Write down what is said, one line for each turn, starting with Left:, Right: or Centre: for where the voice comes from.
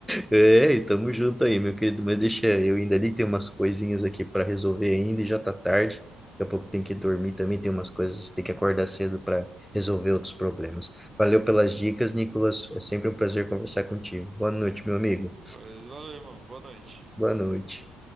Centre: É, e tamo junto aí, meu querido. Mas deixa eu ainda ali, tem umas coisinhas aqui para resolver ainda e já tá tarde. Daqui a pouco tem que dormir também, tem umas coisas, tem que acordar cedo para resolver outros problemas. Valeu pelas dicas, Nicolas. É sempre um prazer conversar contigo. Boa noite, meu amigo.
Right: Pois valeu, irmão. Boa noite.
Centre: Boa noite.